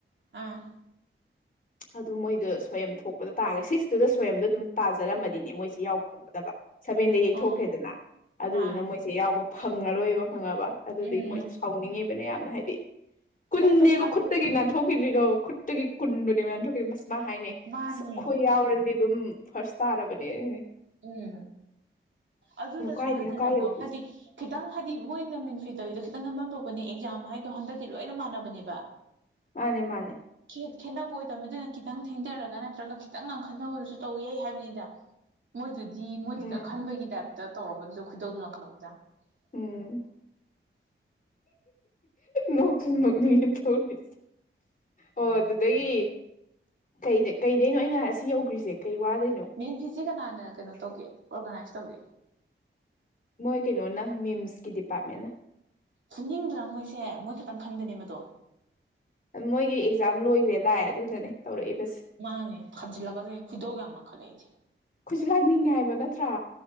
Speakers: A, on the right; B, on the left.
A: ꯑꯥ
B: ꯑꯗꯨ ꯃꯣꯏꯗꯣ ꯁꯣꯌꯝ ꯊꯣꯛꯄꯗ ꯇꯥꯔꯦ ꯁꯤꯛꯁꯇꯨꯗ ꯁꯣꯌꯝꯗꯣ ꯑꯗꯨꯝ ꯇꯥꯖꯔꯝꯃꯗꯤꯅꯦ ꯃꯣꯏꯁꯦ ꯌꯥꯎꯕ ꯐꯪꯒꯗꯕ ꯁꯚꯦꯟꯗ ꯌꯩꯊꯣꯛꯈ꯭ꯔꯦꯗꯅ
A: ꯑꯣ
B: ꯑꯗꯨꯗꯨꯅ
A: ꯑꯥ
B: ꯃꯣꯏꯁꯦ ꯌꯥꯎꯕ ꯐꯪꯉꯔꯣꯏꯕ ꯈꯪꯉꯕ ꯑꯗꯨꯗꯨꯒꯤ
A: ꯎꯝ
B: ꯃꯣꯏ ꯁꯥꯎꯅꯤꯡꯉꯤꯕꯅꯦ ꯌꯥꯝꯅ ꯍꯥꯏꯗꯤ ꯀꯨꯟꯅꯦꯕ
A: ꯑꯩ ꯄꯩꯁꯥꯗꯨ
B: ꯈꯨꯠꯇꯒꯤ ꯅꯥꯟꯊꯣꯛꯈ꯭ꯔꯤꯁꯤ ꯈꯨꯠꯇꯒꯤ ꯀꯨꯟ ꯑꯁ ꯃꯥ ꯍꯥꯏꯅꯩ
A: ꯃꯥꯅꯦ
B: ꯑꯁ ꯑꯩꯈꯣꯏ ꯌꯥꯎꯔꯗꯤ ꯑꯗꯨꯝ ꯐꯥꯔꯁ ꯇꯥꯔꯕꯅꯦꯅꯦ
A: ꯎꯝ ꯑꯗꯨꯗꯁꯨ
B: ꯀꯥꯏꯗꯩꯅꯣ
A: ꯅꯠꯇꯅꯀꯣ
B: ꯀꯥꯏ ꯌꯧꯈ꯭ꯔꯤꯁꯦ
A: ꯍꯥꯏꯗꯤ ꯈꯤꯇꯪ ꯍꯥꯏꯗꯤ ꯃꯣꯏꯅ ꯃꯤꯟꯐꯤꯠ ꯇꯧꯔꯤꯗꯣ ꯈꯤꯇꯪ ꯍꯝꯐꯝ ꯊꯣꯛꯄꯅꯦ ꯑꯦꯛꯖꯥꯝ ꯍꯥꯏꯗꯣ ꯍꯟꯗꯛꯇꯤ ꯂꯣꯏꯅ ꯃꯥꯟꯅꯕꯅꯦꯕ
B: ꯃꯥꯅꯦ ꯃꯥꯅꯦ
A: ꯈꯦꯠꯅꯕ ꯑꯣꯏꯗꯕꯅꯤ ꯑꯗꯨꯅ ꯈꯤꯇꯪ ꯊꯦꯡꯖꯔꯒ ꯅꯠꯇ꯭ꯔꯒ ꯈꯤꯇꯪ ꯉꯥꯡꯈꯠꯅꯕꯗꯨꯁꯨ ꯇꯧ ꯌꯥꯏ ꯍꯥꯏꯕꯅꯤꯗ ꯃꯣꯏꯗꯨꯗꯤ ꯃꯣꯏ
B: ꯎꯝ
A: ꯈꯤꯇꯪ ꯈꯟꯕꯒꯤ ꯇꯥꯏꯞꯇ ꯇꯧꯛꯔꯕꯗꯨꯗꯁꯨ ꯈꯣꯏꯗꯧꯗꯨ ꯂꯪꯈꯠꯂꯛꯄꯗꯪ <unintelligible>
B: ꯎꯝ ꯅꯣꯛꯁꯨ ꯅꯣꯛꯅꯤꯡꯉꯦ ꯊꯧꯔꯤ ꯑꯣ ꯑꯗꯨꯗꯒꯤ ꯀꯩ ꯀꯩꯗꯩꯅꯣ ꯑꯩꯅ ꯑꯁꯤ ꯌꯧꯈ꯭ꯔꯤꯁꯦ ꯀꯩ ꯋꯥꯗꯣꯏꯅꯣ
A: ꯃꯦꯟ ꯐꯤꯁꯦ ꯀꯅꯥꯅ ꯀꯩꯅꯣ ꯇꯧꯒꯦ ꯑꯣꯔꯒꯅꯥꯏꯁ ꯇꯧꯒꯦ
B: ꯃꯣꯏ ꯀꯩꯅꯣꯅ ꯃꯤꯝꯁꯀꯤ ꯗꯤꯄꯥꯔꯠꯃꯦꯟꯅ
A: ꯐꯨꯅꯤꯡꯗ꯭ꯔꯥ ꯃꯣꯏꯁꯦ ꯃꯣꯏ ꯈꯛꯇꯪ ꯈꯪꯗꯅꯦꯕꯗꯣ
B: ꯃꯣꯏꯒꯤ ꯑꯦꯛꯖꯥꯝ ꯂꯣꯏꯈ꯭ꯔꯦꯗꯥꯏ ꯑꯗꯨꯗꯅꯦ ꯇꯧꯔꯛꯏꯕꯁꯦ
A: ꯃꯥꯅꯦ ꯐꯥꯖꯤꯜꯂꯛꯀꯗꯣꯏꯅꯦ ꯈꯣꯏꯗꯧ ꯌꯥꯝ ꯃꯈ ꯃꯈꯜꯂꯛꯏꯁꯦ
B: ꯈꯣꯏꯁꯨ ꯂꯥꯛꯅꯤꯡꯉꯦ ꯍꯥꯏꯕ ꯅꯠꯇ꯭ꯔꯥ